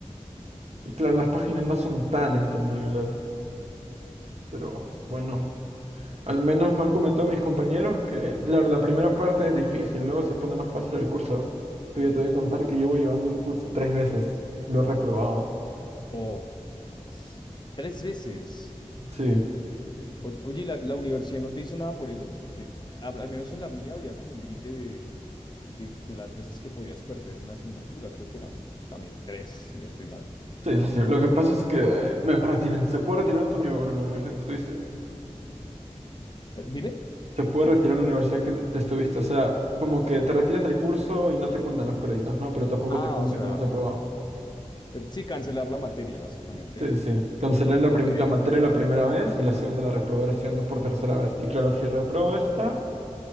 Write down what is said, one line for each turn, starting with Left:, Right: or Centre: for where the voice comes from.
Right: Y claro, las
Left: ok.
Right: páginas no son tan entendibles. Pero bueno. Al menos me han comentado mis compañeros que la, la primera parte es difícil, luego se pone más fácil el curso. Pero yo te voy a contar que llevo llevando el curso tres veces. Lo he reprobado.
Left: Oh, s- tres veces.
Right: Sí,
Left: Oye, oye, ¿y ¿la, la universidad no te dice nada por eso? Porque al, al menos en la mía había como un límite de, de, de las veces que podías perder una asignatura. Creo que eran también tres, si no estoy mal.
Right: sí, sí. sí. Lo que pasa es que eh, me retiré. ¿Se puede retirar en tu universidad, bueno, en la universidad que estuviste?
Left: Eh, dime.
Right: Se puede retirar en la universidad que te, te estuviste. O sea, como que te retiras del curso y no te cuentan los créditos, ¿no? Pero tampoco
Left: Ah,
Right: te cuenta
Left: o sea,
Right: cómo has aprobado.
Left: eh, sí, cancelar la materia, básicamente.
Right: Sí, sí. sí. Cancelé la,
Left: Ok,
Right: prim- la materia la primera vez y la segunda la reprobé estudiando por tercera vez. Y claro, si reprobo esta...